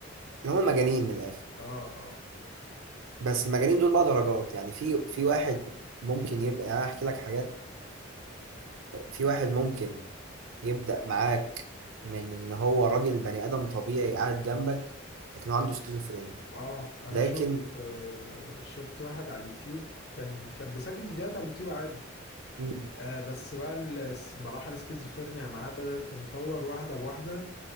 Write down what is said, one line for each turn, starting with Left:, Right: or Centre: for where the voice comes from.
Right: اللي هم المجانين من الاخر
Left: اه
Right: بس المجانين دول بقى درجات يعني في في واحد ممكن يبقى يعني انا احكي لك حاجات في واحد ممكن يبدأ معاك من ان هو راجل بني ادم طبيعي قاعد جنبك لكن هو عنده سكيزوفرينيا
Left: اه انا
Right: لكن
Left: شفت آه، شفت واحد على اليوتيوب كان كان بيسجل فيديوهات على اليوتيوب عادي
Right: مم.
Left: آه بس بقى الس- مراحل السكيزوفرينيا معاه بدأت تتطور واحدة بواحدة